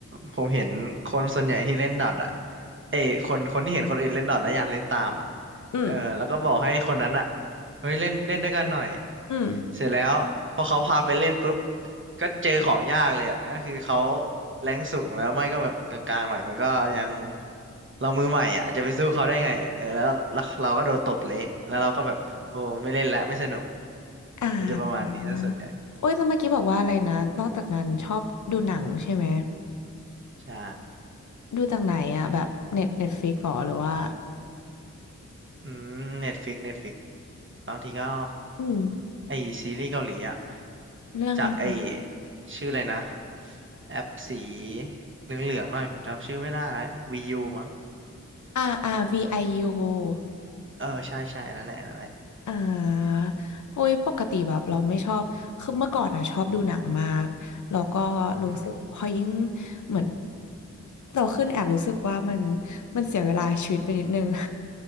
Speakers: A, on the right; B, on the left.
A: ผมเห็นคนส่วนใหญ่ที่เล่นดอทอ่ะเอยคนคนที่เห็นคนอื่นเล่นดอทแล้วอยากเล่นตามอ่ะ
B: อืม
A: เออแล้วก็บอกให้คนนั้นอ่ะเฮ้ยเล่นเล่นด้วยกันหน่อย
B: อืม
A: เสร็จแล้วพอเขาพาไปเล่นปุ๊บก็เจอของยากเลยอ่ะก็คือเขาแรงสูงแล้วไม่ก็แบบกลางๆหน่อยมันก็ยังเรามือใหม่อ่ะจะไปสู้เขาได้ไงอะเออแล้วแล้วเราก็โดนตบเละแล้วเราก็แบบโอ้ไม่เล่นละไม่สนุก
B: อ่
A: มันจะประมาณนี้ถ้าส่วนใหญ่
B: าโอ้ยแต่เมื่อกี้บอกว่าอะไรนะนอกจากนั้นชอบดูหนังใช่ไหม
A: ใช่
B: ดูจากไหนอ่ะแบบเน็ตเน็ตฟลิกหรอหรือว่า
A: อืมเน็ตฟิกเน็ตฟิกบางทีก็
B: อืม
A: ไอซีรีส์เกาหลีอ่ะ
B: เรื่องอะไร
A: จากไอชื่ออะไรนะแอปสีเหลืองๆหน่อยผมจำชื่อไม่ได้แล้ววียูมั้ง
B: R R V I U อยู
A: เออใช่ใช่อันนั่นแหละอันนั่นแหละ
B: อ่าโอ้ยปกติแบบเราไม่ชอบคือเมื่อก่อนอ่ะชอบดูหนังมากแล้วก็รู้สึกพอยิ่ง
A: อืม
B: เหมือนโตขึ้นแอบรู้สึกว่ามันมันเสียเวลาชีวิตไปนิดนึง